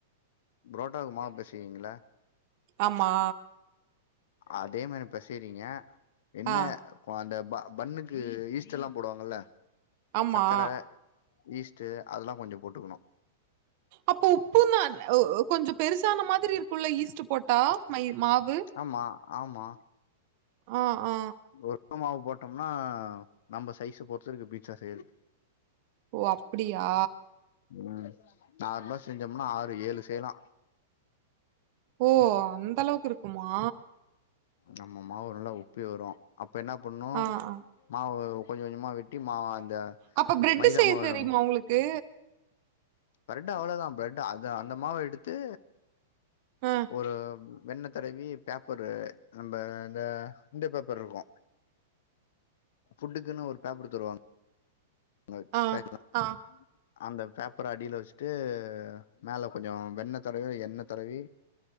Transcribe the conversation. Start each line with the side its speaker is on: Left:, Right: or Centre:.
Left: புரோட்டாவுக்கு மாவு பெசிவீங்கல்ல
Right: ஆமா
Left: அதே மாறி பெசயறீங்க என்ன
Right: ஆ
Left: குவா அந்த பன்னுக்கு ஈஸ்ட் எல்லா போடுவாங்கல்ல
Right: ஆமா
Left: சக்கர ஈஸ்ட்டு அதல்லா கொஞ்சோ போட்டுக்கணு
Right: அப்போ உப்பா கொஞ்சோ பெருசான மாதிரி இருக்குல்ல ஈஸ்ட்டு போட்டா மை மாவு
Left: ஆமா ஆமா
Right: ஆ ஆ
Left: ஒரு ர மாவு போட்டோம்னா நம்ம சைஸ் பொறுத்து இருக்கு பீட்சா செய்யறது
Right: ஓ அப்புடியா
Left: ம் நார்மலா செஞ்சம்னா ஆறு ஏழு செய்லா
Right: ஓ அந்த அளவுக்கு இருக்குமா
Left: நம்ம மாவு நல்லா உப்பி வரும் அப்ப என்ன பண்ணும்
Right: ஆ ஆ
Left: மாவு கொஞ்சம் கொஞ்சமா வெட்டி மாவு அந்த
Right: அப்ப பிரெட்
Left: மைதா
Right: செய்ய
Left: மாவு
Right: தெரியுமா உங்களுக்கு
Left: பிரெட் அவ்ளோதான் பிரெட் அது அந்த மாவ எடுத்து
Right: ஆ
Left: ஒரு வெண்ண தடவி பேப்பரு நம்ம இந்த இந்த பேப்பர் இருக்கும் ஃபுட்டுக்குன்னு ஒரு பேப்பர் தருவாங் க
Right: ஆ
Left: பேக்ரிலாம்
Right: ஆ
Left: அந்த பேப்பர அடியில வச்சுட்டு மேல கொஞ்சம் வெண்ண தடவி எண்ண தடவி